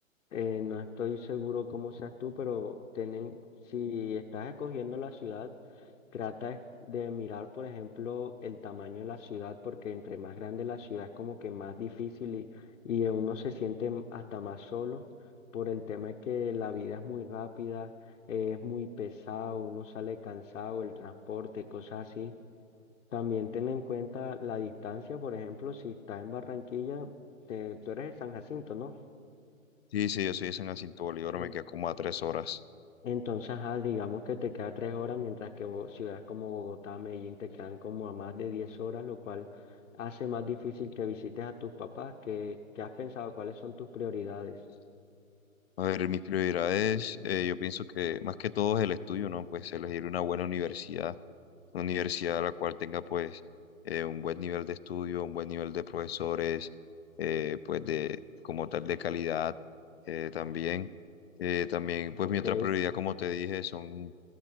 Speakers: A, on the left (about 70°); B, on the left (about 50°).
A: Eh, no estoy seguro cómo seas tú, pero tienen, si estás escogiendo la ciudad, trata de mirar, por ejemplo, el tamaño de la ciudad, porque entre más grande la ciudad es como que más difícil y, y uno se siente m- hasta más solo por el tema de que la vida es muy rápida, eh, es muy pesado, uno sale cansado, el transporte, cosas así. También ten en cuenta la distancia, por ejemplo, si estás en Barranquilla, te- tú eres de San Jacinto, ¿no?
B: Sí, sí, yo soy de San Jacinto Bolívar,
A: Eh,
B: me queda como a tres horas.
A: Entonces, ajá, digamos que te queda tres horas, mientras que bo- ciudades como Bogotá, Medellín te quedan como a más de 10 horas, lo cual hace más difícil que visites a tus papás. ¿Qué, qué has pensado? ¿Cuáles son tus prioridades?
B: A ver, mis prioridades, eh, yo pienso que más que todo es el estudio, ¿no? Pues elegir una buena universidad, una universidad a la cual tenga pues eh, un buen nivel de estudio, un buen nivel de profesores, eh, pues de como tal de calidad eh, también. Eh, también pues
A: Ok.
B: mi otra prioridad, como te dije, son